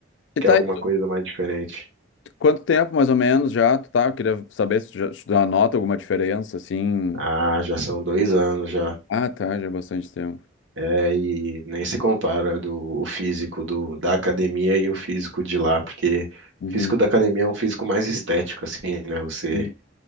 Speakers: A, on the left; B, on the right.
A: E
B: quer
A: tá
B: alguma
A: aí,
B: coisa mais diferente.
A: tu- quanto tempo mais ou menos já tu tá? Eu queria saber se tu já, se tu já nota alguma diferença, assim.
B: Ah, já são dois anos já.
A: Ah, tá, já é bastante tempo.
B: É, e nem se compara do, o físico do, da academia e o físico de lá, porque
A: Uhum.
B: o físico da academia é um físico mais estético, assim, né? Você,
A: Sim.